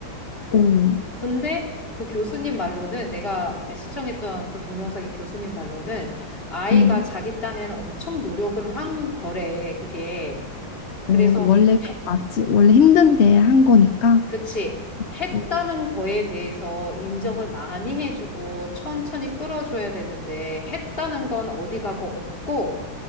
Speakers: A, on the left (about 60°); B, on the left (about 30°).
A: 오,
B: 근데 그 교수님 말로는, 내가 이제 시청했던 그 동영상의 교수님 말로는, 아이가
A: 음.
B: 자기 딴에는 엄청 노력을 한 거래, 그게. 그래서
A: 어, 원래 그
B: 해
A: 맞지. 원래 힘든데 한 거니까?
B: 그치. 했다는
A: 어,
B: 거에 대해서 인정을 많이 해주고 천천히 끌어줘야 되는데 했다는 건 어디 가고 없고